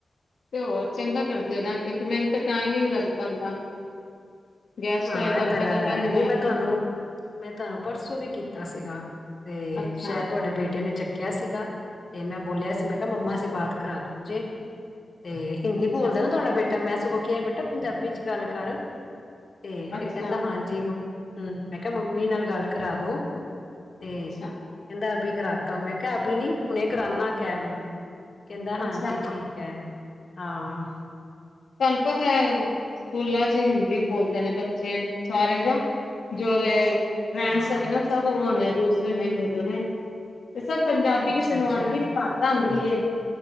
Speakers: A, on the left; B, on the left.
A: ਤੇ ਹੋਰ ਚੰਗਾ ਕਰਦੇ ਓ ਨਾ ਕਿਉਂਕਿ ਮੈਨੂੰ ਤੇ ਟਾਈਮ ਈ ਨੀ ਲੱਗ ਪਾਂਦਾ। ਗੈਸਟ
B: ਹਾਂ
A: ਆਏ ਤੁਹਾਨੂੰ
B: ਏਹ ਤਾਂ
A: ਪਤਾ
B: ਗੱਲ
A: ਪਹਿਲੇ
B: ਐ ਨੀ ਮੈਂ ਤੁਆਨੂੰ ਮੈਂ ਤੁਆਨੂੰ ਪਰਸੋਂ ਵੀ ਕੀਤਾ ਸੀਗਾ ਤੇ
A: ਅੱਛਾ
B: ਸੈ਼ਦ ਤੁਆਡੇ ਬੇਟੇ ਨੇ ਚੱਕਿਆ ਸੀਗਾ। ਤੇ ਮੈਂ ਬੋਲਿਆ ਸੀ ਮੈਂ ਕੈਆ ਮੰਮਾ ਸੇ ਬਾਤ ਕਰਾ ਦੋ ਮੁਝੇ, ਤੇ ਹਿੰਦੀ
A: ਅੱਛਾ
B: ਬੋਲਦਾ ਨਾ ਤੁਆਡਾ ਬੇਟ ਤਾਂ ਮੈਂ ਸਗੋਂ ਕੀਆ ਬੇਟਾ ਪੰਜਾਬੀ ਚ ਗੱਲ ਕਰ ਤੇ
A: ਅੱਛਾ
B: ਫਿਰ ਕਹਿੰਦਾ ਹਾਂਜੀ ਮਮ, ਮੈਂ ਕਿਹਾ ਮੰਮੀ ਨਾਲ ਗੱਲ ਕਰਾ ਦੋ ਤੇ
A: ਅੱਛਾ
B: ਕਹਿੰਦਾ ਅਭੀ ਕਰਾਤਾ ਹੁੰ, ਮੈਂ ਕਿਹਾ ਅਭੀ ਨੀ ਹੁਣੇ ਕਰਾਨਾ ਕੈਹ ਮੈਨੂੰ ਕਹਿੰਦਾ
A: ਅੱਛਾ।
B: ਹਾਂਜੀ ਠੀਕ ਹੈ, ਹਾਂ।
A: ਤਹਾਨੂੰ ਪਤਾ ਐ ਸਕੂਲਾਂ ਚ ਹਿੰਦੀ ਬੋਲਦੇ ਨੇ ਬੱਚੇ ਸਾਰੇ ਜਾ, ਜੋਦੇ ਫਰੈਂਡਸ
B: ਹਾਂ
A: ਸਭ ਨਾ ਸਬ ਉਹ ਨੇ ਦੂਸਰੇ ਨੇ ਹਿੰਦੂ ਨੇ ਤੇ ਸਭ ਪੰਜਾਬੀ
B: ਅੱਛਾ
A: ਕਿਸੇ ਨੂੰ
B: ਅੱਛਾ
A: ਆੰਦੀ ਨੀ ਘੱਟ ਆੰਦੀ ਏ,